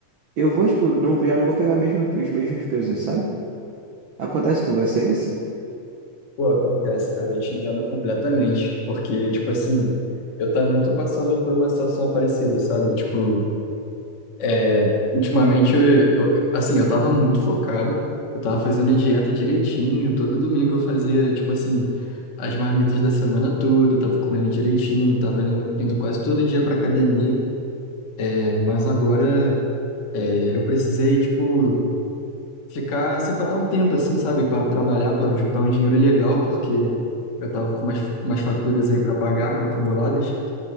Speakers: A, on the right (about 85°); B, on the left (about 55°).
A: eu vou, tipo, não, já não vou pegar mesmo, os mesmos pesos, sabe? Acontece com você isso?
B: Pô, acontece, cara, eu te entendo completamente, porque, tipo assim, eu também tô passando por uma situação parecida, sabe? Tipo, é, ultimamente, eu, eu- assim, eu tava muito focado, eu tava fazendo a dieta direitinho, todo domingo eu fazia, tipo assim, as marmitas da semana toda, eu tava comendo direitinho, tava indo, indo quase todo dia pra academia, é, mas agora, é, eu precisei, tipo ficar, separar um tempo, assim, sabe, para trabalhar, para juntar um dinheiro legal, porque eu tava com umas, umas faturas aí para pagar, acumuladas.